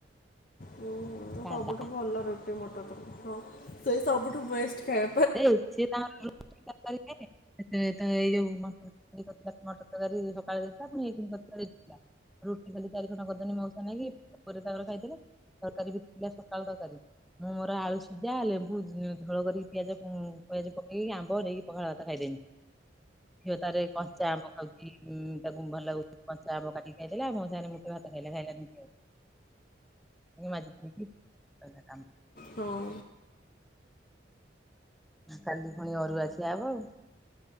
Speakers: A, on the left; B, in the centre.
A: ହୁଁ-
B: ସାଧା
A: ସବୁଠୁ ଭଲ ରୁଟି ମଟର ତରକାରୀ ହଁ ସେଇ ସବୁଠୁ ବେଷ୍ଟ୍ ଖାଇ
B: ଏଇ ସିଏ ତାଙ୍କର <unintelligible> ତ ଏଇ ଯଉ ମଟର ତରକାରୀ କରିଥିଲା ମଟର ତରକାରୀ ସକାଳେ ଦେଇଥିଲା ପୁଣି ଏଇଖୁଣି କରିଥିଲା ରୁଟି ଖାଲି ଚାରି ଖଣ୍ଡ କରିଦେନି ମଉସା ନାଗି ପୁଅର ତାଙ୍କର ଖାଇଦେଲେ ତରକାରୀ ବି ଥିଲା ସକାଳ ତରକାରୀ ମୁଁ ମୋର ଆଳୁ ସିଜା ଲେମ୍ବୁ ଝୋଳ କରି ପିଆଜ- ପିଆଜ ପକେଇକି ଆମ୍ବ ନେଇକି ପଖାଳ ଭାତ ଖାଇଦେନି ଝିଅ ତାର କଞ୍ଚା ଆମ୍ବ ଖାଉ ଏଇ ଉଁ- ତାକୁ ଭଲ ଲାଗୁଛି କଞ୍ଚା ଆମ୍ବ କାଟିକି ଖାଇ ଦେଲା ମୋ ସାଙ୍ଗରେ ମୁଠେ ଭାତ ଖାଇଲା ଖାଇଲାନି ଆଉ। ମାଜି ଧୋଇକି ସଇଲା କାମ।
A: ହଁ।
B: କାଲି ଫୁଣି ଅରୁଆ ଖିଆ ହବ ଆଉ।